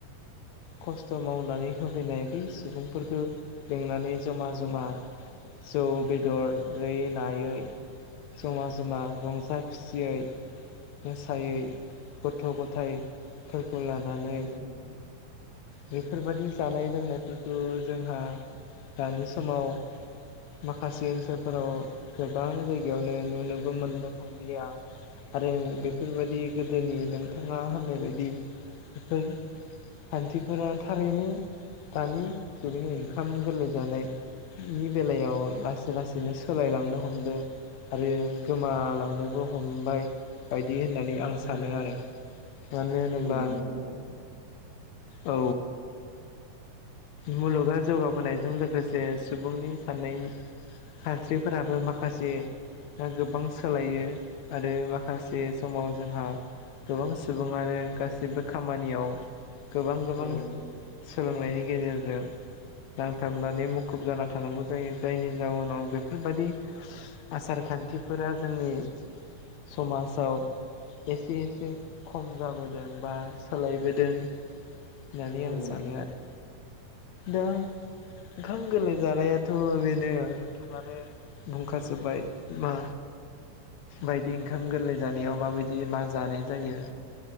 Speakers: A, on the left; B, on the right.
A: खस्थ' मावनानै होफैनाय बै सुबुंफोरखौ लिंनानै जम
B: औ
A: जमा जौ बेदरै नायै जमा जमा रंजा खुसियै मोसायै गथ' गथायफोरखौ लानानै
B: औ
A: बेफोरबायाददि जानाय लोंनायफोरखौ जोंहा दानि समाव माखासे ओनसोलफोराव गोबां जायगायावनो नुनोबो मोननो थांलिया आरो
B: औ
A: बेफोरबायदि गोदोनि नोंथाङा होननाय बायदि बेफोर खान्थिफोरा थारैनो दानि जुगनि ओंखाम गोरलै जानाय नि बेलायाव लासै लासैनो सोलायलांनो हमदों। आरो गोमालांनोबो हमबाय। बायदि होननानै आं
B: औ
A: सानो आरो मानो होनोब्ला
B: औ नोंथां औ
A: औ मुलुगा जौगाबोनायजों लोगोसे जे सुबुंनि साननाय सानस्रिफोराबो माखासे गोबां सोलायो आरो माखासे समाव जोंहा गोबां सुबुङानो गासिबो खामानियाव गोबां गोबां
B: औ
A: सोलोंनायनि गेजेरजों नांथाबनानै मु मुखुब जाना थानांगौ जायो जायनि जाउनाव बेफोरबायदि आसार खान्थिफोरा जोंनि समाजाव एसे एसे खम जाबोदों बा सोलायबोदों नानै
B: औ
A: आं सानो आरो। द ओंखाम गोरलै जानायाथ' बेनो नोंथाङानो बुंखाजोबाय मा बायदि ओंखाम गोरलै जानायाव माबायदि मा जानाय जायो